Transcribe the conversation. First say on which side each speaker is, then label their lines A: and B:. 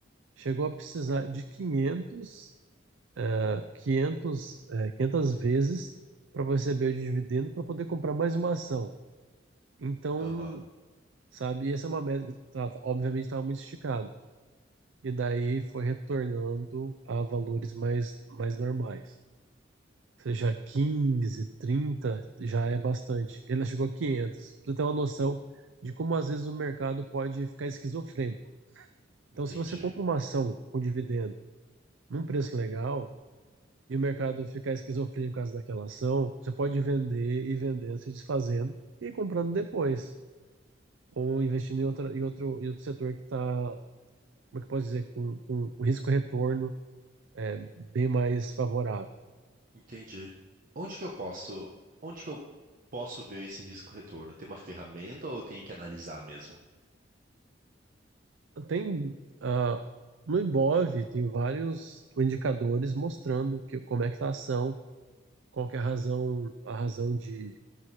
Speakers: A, on the right; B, on the right.
A: chegou a precisar de 500, eh, 500, eh, 500 vezes para receber o dividendo para poder comprar mais uma ação. Então,
B: Aham,
A: sabe, essa é uma meta, que tá- tá- obviamente estava muito esticado. E daí foi retornando a valores mais, mais normais. Ou seja, 15, 30 já é bastante. Ele chegou a 500. Pra Você ter uma noção de como às vezes o mercado pode ficar esquizofrênico.
B: entendi.
A: Então, se você compra uma ação com dividendo num preço legal, e o mercado ficar esquizofrênico por causa daquela ação, você pode vender e vendendo, se desfazendo e comprando depois. Ou investindo em, outra, em, outro, em outro setor que está, como é que eu posso dizer, com, com o risco-retorno é bem mais favorável.
B: Entendi. Onde que eu posso, onde que eu posso ver esse risco retorno? Tem uma ferramenta ou eu tenho que analisar mesmo?
A: Tem, ah, no Ibov, tem vários indicadores mostrando que, como é que está a ação, qual que é a razão, a razão de